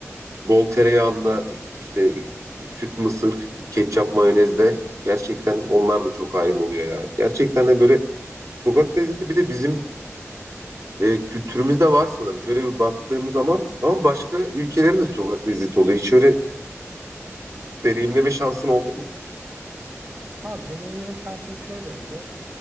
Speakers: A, on the right (about 75°); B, on the right (about 50°).
A: bol tereyağında işte süt mısır, ketçap mayonezle gerçekten onlar da çok ayrı oluyor ya. Gerçekten de böyle sokak lezzeti bir de bizim e, kültürümüzde var sanırım. Şöyle bir baktığım zaman ama başka ülkelerin de sokak lezzeti oluyor. Hiç öyle deneyimleme şansın oldu mu?
B: Abi deneyimleme şansım şöyle oldu.